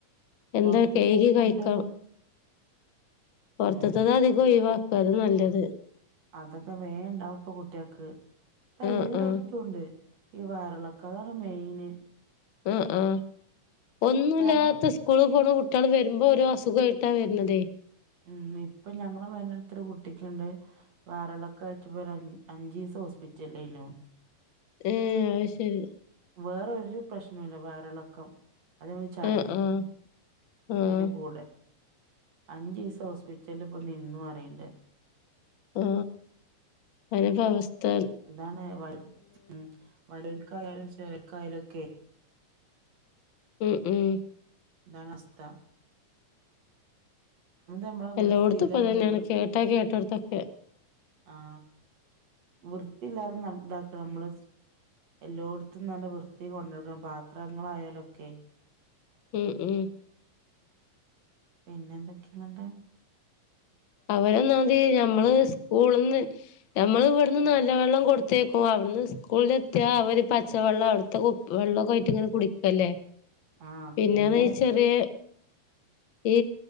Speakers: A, on the left; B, on the right.
A: എന്താ
B: പൊറത്ത്ത്തെ
A: കേഴകി
B: ഈ ഫുഡൊന്നും
A: കഴിക്ക പുറത്തത്തത്
B: ഉം
A: അധികം ഒഴിവാക്കുക അതാനല്ലത്
B: അതൊക്കെ വേണ്ടാ ഇപ്പൊ കുട്ടികൾക്ക് ഇപ്പ
A: ആഹ്
B: എല്ലാം
A: ആഹ്
B: എടുത്തുണ്ട്. ഈ വയറിളക്കാണ് മെയിന്
A: ആ ആഹ് ഒന്നുമില്ലാത്ത
B: ഇപ്പ ഞങ്ങള്
A: സ്കൂളിൽ പോണ കുട്ടികൾ വരുമ്പോ ഒരു അസുഖമായിട്ടാ വരുന്നതേ
B: ഉം ഇപ്പ ഞങ്ങള് വയ നടുത്തൊരു കുട്ടിക്കുണ്ട്. വയറിളക്കാ ആയിട്ടിപ്പോ അഞ്ച് ദിവസം ഹോസ്പിറ്റലായിരുന്നു.
A: ഏഹ് അത് ശരി
B: വേറൊരു പ്രശ്‌നംല്ല വയറിളക്കം അത് പോലെ ചർതിയും
A: ആഹ് ആഹ് ആഹ്
B: അതിന്റെ കൂടെ അഞ്ചു ദിവസം ഹോസ്പിറ്റലിൽ ഇപ്പൊ നിന്നും പറിയണ്ട്.
A: ആ അങ്ങനത്തെ അവസ്ഥയായി.
B: എന്താണ് വ ഉ വലൽക്കായാലും ചെരക്കായാലും ഒക്കെ
A: ഉം ഉം
B: താണവസ്ഥ നമ്മളെ വൃത്തിയില്ലായ്മ
A: എല്ലാം എടുത്തപ്പ ഇങ്ങനെ
B: വൃ
A: കേട്ടാ കേ കേട്ടടുത്തക്കേ
B: ആഹ് വ്യത്തിയില്ലാതെ ഇതാക്കണം നമ്മള് എല്ലായിടത്തും നല്ല വൃത്തി കൊണ്ടെടുക്കണം പാത്രങ്ങളായാലൊക്കെ
A: ഉം ഉം
B: പിന്നെ എന്തൊക്കെയുണ്ട്
A: അവരന്നാതി ഞമ്മള് സ്കൂളിന്ന് മ്മൾ ഇവിടുന്ന് നല്ല വെള്ളം കൊടുത്തേക്കും അവിടുന്ന് സ്കൂളില എത്തിയാ അവര് പച്ചവെള്ളം അവിടുത്തെ വെള്ളമൊക്കായിട്ട് ഇങ്ങനെ കുടിക്കല്ലേ
B: ആ
A: പിന്നത്
B: പിന്നെ
A: വെച്ചാല് ഈ